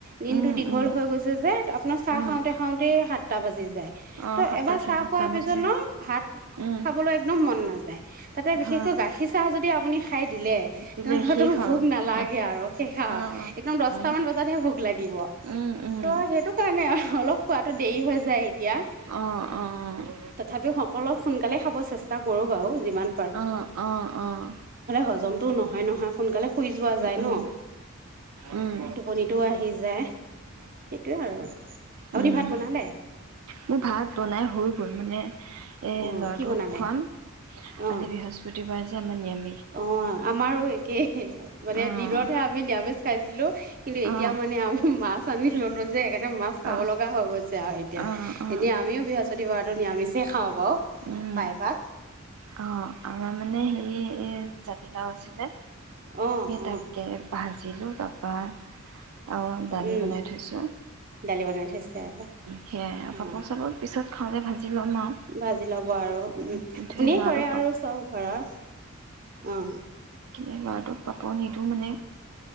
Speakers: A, on the right; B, on the right.
A: দিনতটো
B: উম,
A: দীঘল
B: উম,
A: হৈ গৈছে যে আপোনাৰ চাহ
B: উম,
A: খাওঁতে -খাওঁতে সাতটা বাজি যায়।
B: অ',
A: ত',
B: সাতটা
A: এবাৰ
B: চাৰে
A: চাহ
B: সাতটা
A: খোৱাৰ
B: বাজে।
A: পিছত ন', ভাত
B: উম,
A: খাবলৈ একদম মন নাযায়। তাতে বিশেষকৈ
B: হয়,
A: গাখীৰ চাহ যদি আপুনি খাই দিলে,
B: দিলে
A: তেনেহ'লেটো
B: শেষ
A: ভুক
B: আৰু
A: নালাগে
B: হুহ,
A: আৰু হেই খাওঁ,
B: অ', অ',
A: এতিয়া দস্তামান
B: উম।
A: বজাত ভুক লাগিব।
B: উম, উম,
A: ত', সেইটোকাৰনে অলপ খোৱাতো দেৰি হৈ যায়। এতিয়া
B: অহ অ অ
A: তথাপিও সকলো সোনকালে খাব চেষ্টা কৰো বাৰু যিমান
B: আহ আহ আহ
A: হজমটোও নহয় নহয় সোনকালে শুই যোৱা যায়
B: উম।
A: ন
B: উম,
A: টোপনিটোও আহি যায় সেইটোৱে আৰু আপুনি
B: উম,
A: ভাত বনালে
B: মোৰ ভাত বনাই হৈ গ'ল মানে এ
A: অ
B: ল'ৰাটোক
A: কি বনালে
B: খোৱাম
A: অ
B: আজি বৃহস্পতিবাৰ <inaudible> নে মোনিয়াম
A: অ আমাৰো একেই মানে
B: অ',
A: দিনতহে আমি নিৰামিষ খাইছো কিন্তু এতিয়া
B: অ',
A: মানে আমি মাছ <inaudible> <unintelligible> ললো যে মাছ খাব
B: অ',
A: লগা হৈ গৈছে আৰু এতিয়া
B: অ', অ', অ',
A: এনেয়া আমিও বৃহস্পতি বাৰতটো নিৰামিছ দে খাওঁ
B: উম।
A: পাই ভাগ
B: অ আমাৰ মানে হেৰি এ জাতিলাও আছিলে
A: অ
B: সেই
A: অ
B: তাকে ভাজ <inaudible> আৰু দালি
A: উম
B: বনাই থৈছোঁ
A: দালি বনাই থৈছে আৰু
B: সেয়াই আৰু
A: অ'
B: পাপৰ চাপৰ পিছত খাওঁতে ভাজি ল'ম আৰু
A: ভাজি লব আৰু উম আপুনিয়ে
B: কিন্তু সেই ল'ৰাটোক
A: কৰে আৰু
B: পাপ
A: চব ঘৰৰ অ
B: এই লৰাটোক পাপৰ নিদিওঁ মানে